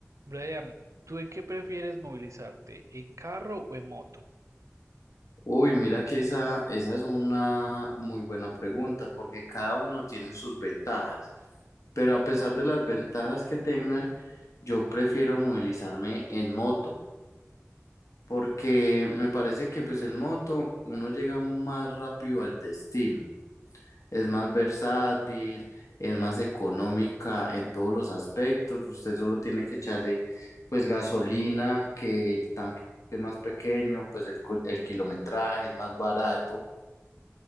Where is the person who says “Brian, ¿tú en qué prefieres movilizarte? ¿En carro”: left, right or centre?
Right